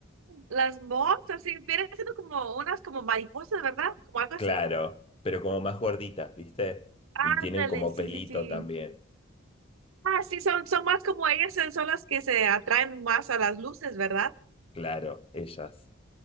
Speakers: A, on the right (about 80°); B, on the left (about 25°).
A: Las moths, así, vienen siendo como unas como mariposas, ¿verdad? Como algo
B: Claro,
A: así.
B: pero como más gorditas, ¿viste?
A: Ándale,
B: Y tienen como
A: sí,
B: pelito
A: sí, sí.
B: también.
A: Ah, sí, son, son más como ellas, eh, son las que se atraen más a las luces, ¿verdad?
B: Claro, ellas.